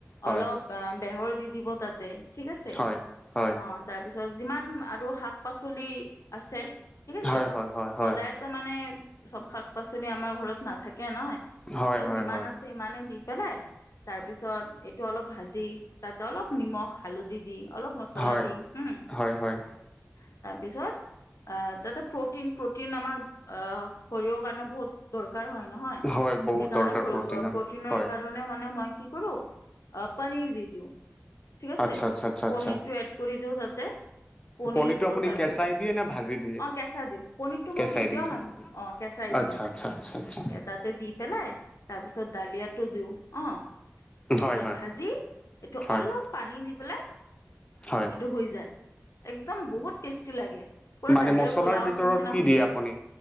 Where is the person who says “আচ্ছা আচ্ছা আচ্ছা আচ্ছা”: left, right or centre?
Left